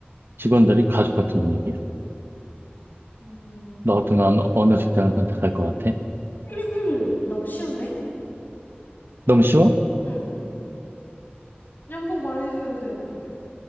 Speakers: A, on the right (about 65°); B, on the left (about 50°).
A: 직원들이 가족 같은 분위기야.
B: 음,
A: 너 같으면 어느 직장을 선택할 것 같아?
B: <clears throat> 너무 쉬운데?
A: 너무 쉬워?
B: 응. 연봉 많이 드는 대로 갈래.